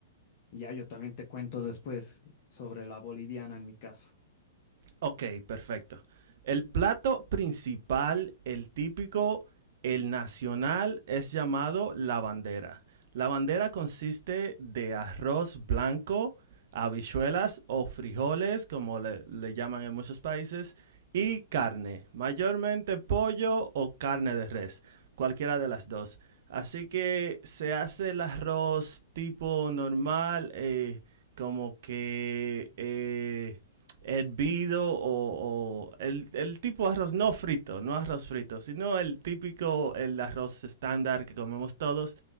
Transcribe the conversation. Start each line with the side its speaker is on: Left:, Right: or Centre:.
Left: Ya yo también te cuento después sobre la boliviana en mi caso.
Right: Ok, perfecto. El plato principal, el típico, el nacional, es llamado la bandera. La bandera consiste de arroz blanco, habichuelas o frijoles, como le, le llaman en muchos países, y carne, mayormente pollo o carne de res, cualquiera de las dos. Así que se hace el arroz tipo normal, eh, como que eh, hervido o, o el, el, tipo de arroz no frito, no arroz frito, sino el típico, el arroz estándar que comemos todos.